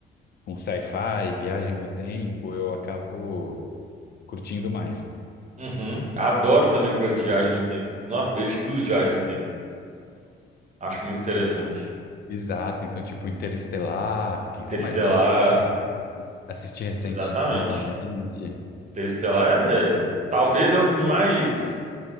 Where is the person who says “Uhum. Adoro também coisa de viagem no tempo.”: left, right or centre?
Right